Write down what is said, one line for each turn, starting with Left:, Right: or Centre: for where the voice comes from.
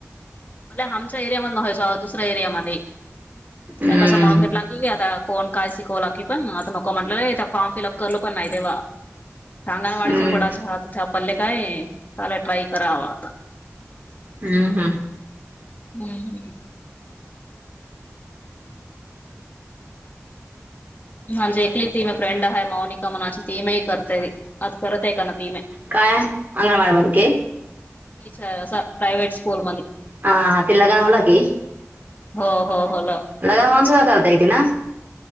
Left: मं आमच्यां एरिया मध्यें दुसऱ्यां एरिया मध्यें
Right: हम्म.
Left: कसं म्हणूंन घलं आंता कोणं कायं शिकवंला की पणं आं म्हटलं र फॉर्म फिलअप करलो पणं नाहीं देवा आंगणवाडीचा
Right: हम्म
Left: पडायचं हातं आपल्याले कायं सर्व ट्राय करांवा
Right: हम्मं हम्मं
Left: हम्मं हं हांजे एकली ती मे फ्रेंड आहे माौनिका म्हणांज तीमेही करतेय आंता करतं आहे कां नां ती मे
Right: कायं अंगणवा बणं की
Left: हीचं आहे असां प्रायवेट स्कूंल मध्यें
Right: हं हां तिला जांवा लागेल की
Left: हो हो हो लं
Right: लगां हचवां करतायती नां